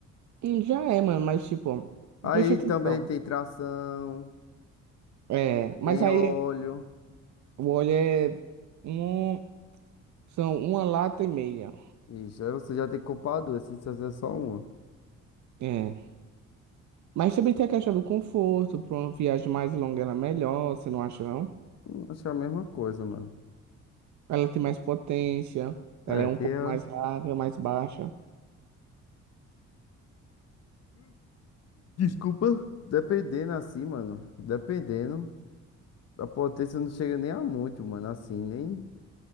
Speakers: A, on the right; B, on the left.
A: Hum, Já é, mano, mas tipo,
B: Aí
A: preste atenção.
B: também tem tração,
A: É, mas
B: tem
A: aí
B: óleo.
A: o óleo é um, são uma lata e meia.
B: Ixi, aí você já tem que comprar duas, se você é só uma.
A: É. Mas também tem a questão do conforto, para uma viagem mais longa era melhor, você não acha, não?
B: Hum, Acho que é a mesma coisa, mano.
A: Ela tem mais potência, ela
B: É,
A: é um
B: tem
A: pouco
B: a...
A: mais larga, mais baixa.
B: Pô, Dependendo assim, mano. Dependendo. A potência não chega nem a muito, mano. Assim, nem...